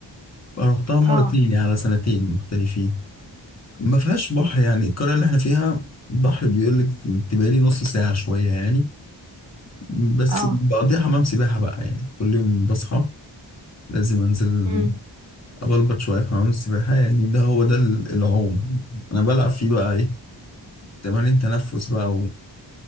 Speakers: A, on the left (about 35°); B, on the right (about 80°).
A: فرحتها مرتين
B: اه
A: يعني على سنتين مختلفين ما فيهاش بحر يعني القرية اللي احنا فيها بحر بيقول لك تبقى لي نص ساعة شوية يعني بس
B: اه
A: بقضيها حمام سباحة بقى يعني كل يوم بصحى لازم انزل
B: امم
A: اغلبط شوية في حمام السباحة يعني ده هو ده ال- العوم انا بلعب فيه بقى ايه تمارين تنفس بقى